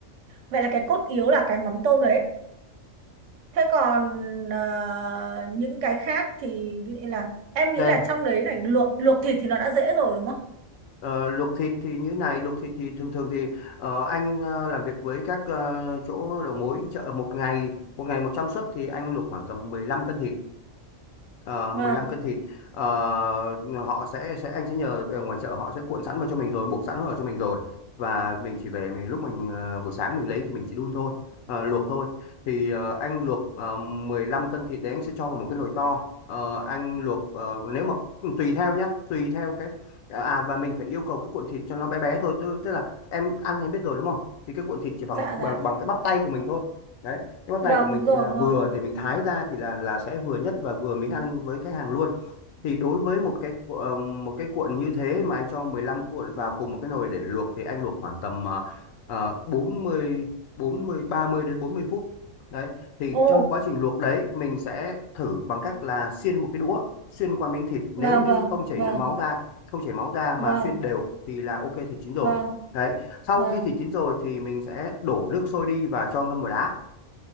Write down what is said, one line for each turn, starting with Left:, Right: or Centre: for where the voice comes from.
Right: vậy là cái cốt yếu là cái mắm tôm đấy. Thế còn ờ, những cái khác thì ví dụ như là em
Left: Đây,
Right: nghĩ là trong đấy này luộc luộc thịt thì nó đã dễ rồi đúng không?
Left: ờ, luộc thịt thì như này, luộc thịt thì thường thường thì ờ, anh ờ, làm việc với các ờ, chỗ đầu mối chợ một ngày, một ngày 100 suất thì anh luộc khoảng tầm 15 cân thịt. ờ,
Right: Vâng,
Left: 15 cân thịt Ờ, họ sẽ sẽ anh sẽ nhờ ở ngoài chợ họ sẽ cuộn sẵn vào cho mình rồi buộc sẵn vào cho mình rồi và mình chỉ về mình lúc mình ờ, buổi sáng mình lấy thì mình chỉ đun thôi ờ, luộc thôi thì ờ, anh luộc ờ, 15 cân thịt đấy anh sẽ cho vào một cái nồi to Ờ, anh luộc ờ, nếu mà ừ, tùy theo nhá tùy theo cái à à, và mình phải yêu cầu cái cuộn thịt cho nó bé bé thôi tức, tức là em ăn em biết rồi đúng không thì cái cuộn thịt chỉ bằng
Right: dạ
Left: bằng,
Right: dạ.
Left: bằng cái bắp tay của mình thôi đấy cái bắp
Right: Vâng,
Left: tay của mình
Right: đúng rồi,
Left: thì là
Right: đúng
Left: vừa
Right: rồi.
Left: để mình thái ra thì là là sẽ vừa nhất và vừa miếng ăn với khách hàng luôn thì đối với một cái cu- ờ, một cái cuộn như thế mà anh cho 15 cuộn vào cùng một cái nồi để luộc thì anh luộc khoảng tầm ờ, ờ, bốn mươi bốn mươi ba mươi đến bốn mươi phút đấy thì
Right: Ồ,
Left: trong quá trình luộc đấy mình sẽ thử bằng cách là xiên một cái đũa xuyên qua miếng thịt nếu
Right: vâng,
Left: như
Right: vâng,
Left: không chảy
Right: vâng,
Left: nước máu ra không chảy máu ra mà
Right: vâng,
Left: xuyên đều thì là ok thịt chín rồi
Right: vâng,
Left: đấy sau
Right: vâng.
Left: khi thịt chín rồi thì mình sẽ đổ nước sôi đi và cho ngâm vào đá